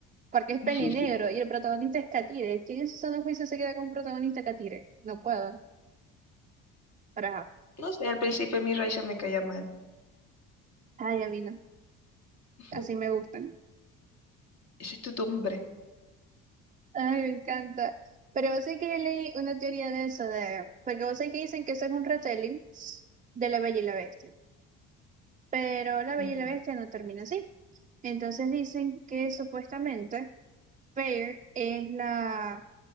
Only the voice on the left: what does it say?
<laughs>
No sé, al principio a mí Raiza me caía mal.
<laughs>
Ese es tu tumbre.
Ujú.